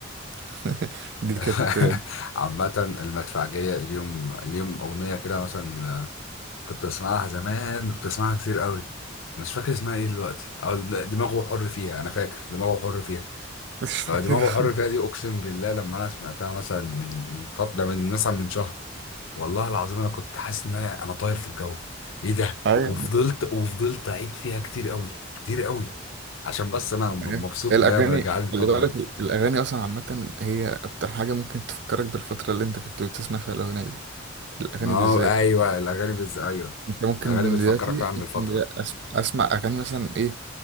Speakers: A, on the right; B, on the left.
A: <laughs> دي
B: <laughs>
A: كانت
B: عامة المدفعجية اليوم اليوم اغنية كده مثلا آه، كنت بسمعها زمان كنت بسمعها كتير قوي مش فاكر اسمها ايه دلوقتي او دماغه حر فيها انا فاكر دماغه حر فيها
A: مش فاكرها
B: آه، دماغه حر فيها دي اقسم بالله لما انا سمعتها مثلا من من فتره من مثلا من شهر والله العظيم انا كنت حاسس ان انا انا طاير في الجو ايه ده
A: ايوه
B: وفضلت وفضلت اعيد فيها كتير قوي كتير قوي عشان بس انا م-
A: أيوة.
B: مبسوط
A: الاغاني
B: ان هي مرجعاني الفتره
A: خلي بالك
B: دي
A: الاغاني اصلا عامه هي اكتر حاجه ممكن تفكرك بالفتره اللي انت كنت بتسمع فيها الاغنيه دي الاغاني
B: اه
A: بالذات
B: ايوه الاغاني بز... ايوه
A: انت ممكن
B: الاغاني بتفكرك
A: دلوقتي
B: فعلا
A: ممكن
B: بالفتره
A: دلوقتي أس- اسمع اغاني مثلا ايه